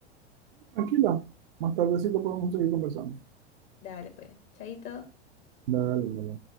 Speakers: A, on the right (about 55°); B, on the left (about 50°).
A: tranquila. Más tardecito podemos seguir conversando.
B: Dale, pues, chaito.
A: Dale, dale.